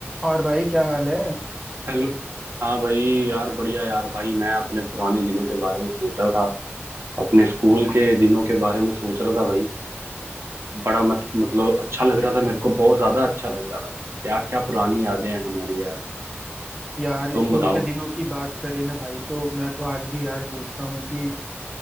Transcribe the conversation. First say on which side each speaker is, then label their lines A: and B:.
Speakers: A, on the right; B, on the right.
A: और भाई क्या हाल है
B: Hello हाँ भाई यार बढ़िया यार भाई मैं अपने पुराने दिनों के बारे में सोच रहा था अपने स्कूल के दिनों के बारे में सोच रहा था भाई बड़ा मत मतलब अच्छा लग रहा था मेरे को बहुत ज्यादा अच्छा लग रहा था क्या क्या पुरानी यादें हैं हमारी यार
A: यार
B: तुम
A: स्कूल
B: बताओ
A: के दिनों की बात करें ना भाई तो मैं तो आज भी यार सोचता हूँ कि